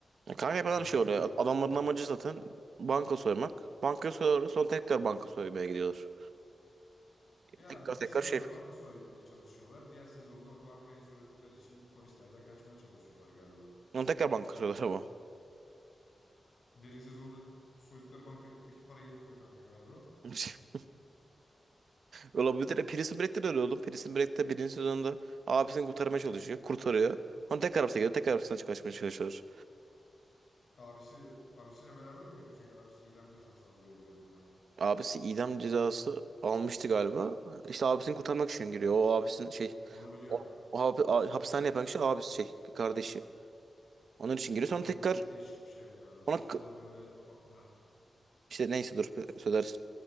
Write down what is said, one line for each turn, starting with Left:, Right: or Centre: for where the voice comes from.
Right: Ya kanka hep
Left: Ee,
Right: aynı şey oluyor.
Left: ne diyeyim?
Right: Adamların
Left: Hı.
Right: amacı zaten banka soymak. Banka soyuyorlar sonra tekrar banka soymaya gidiyorlar.
Left: Ya
Right: Tekrar
Left: bir
Right: tekrar
Left: sezonda
Right: şey.
Left: banka soymaya çalışıyorlar. Diğer sezonda o bankayı soydukları için polislerden kaçmaya çalışıyorlar galiba.
Right: Sonra tekrar banka soyuyorlar ama.
Left: Birinci sezonda soydukları bankadaki para yetmiyor kanka galiba.
Right: <laughs> Öyle bir de Prison Break'te de öyle oğlum. Prison Break'te birinci sezonda abisini kurtarmaya çalışıyor. Kurtarıyor. Sonra tekrar hapse giriyor. Tekrar hapisten kaçmaya çalışıyor.
Left: Abisi, abisiyle beraber mi giriyor? Çünkü abisi idam cezası alıyor biliyordum ben.
Right: Abisi idam cezası almıştı galiba. İşte abisini kurtarmak için giriyor. O abisinin şey
Left: Onu biliyorum.
Right: o, o hap- a- hapishane yapan kişi abisi şey kardeşi. Onun için giriyor. Sonra
Left: Oğlum
Right: tekrar
Left: o çok değişik bir şey ya. Sırtına
Right: ona k-
Left: böyle a- ha
Right: işte neyse dur
Left: sü-
Right: söylersin.